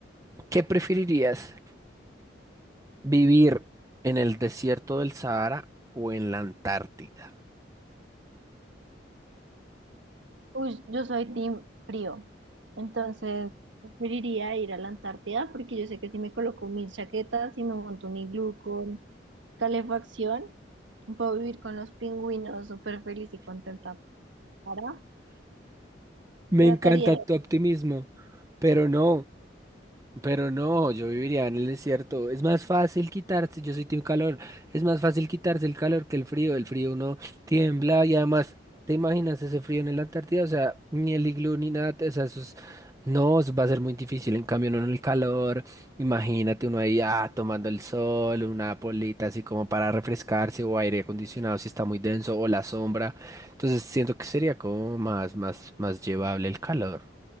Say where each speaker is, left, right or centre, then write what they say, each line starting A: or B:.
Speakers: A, on the right; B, on the right.
A: ¿Qué preferirías? ¿Vivir en el desierto del Sahara o en la Antártida?
B: uy, yo soy team frío, entonces preferiría ir a la Antártida porque yo sé que si me coloco mil chaquetas y me monto un iglú con calefacción, puedo vivir con los pingüinos súper feliz y contenta. Para
A: Me
B: Hidrataría.
A: encanta tu optimismo, pero no. Pero no, yo viviría en el desierto. Es más fácil quitarse, yo soy team calor, es más fácil quitarse el calor que el frío. El frío uno tiembla y además, ¿te imaginas ese frío en la Antártida? O sea, ni el iglú ni nada, o sea, eso es- no, eso va a ser muy difícil. En cambio, no en el calor, imagínate uno ahí ah, tomando el sol, una polita así como para refrescarse o aire acondicionado si está muy denso o la sombra. Entonces siento que sería como más, más, más llevable el calor.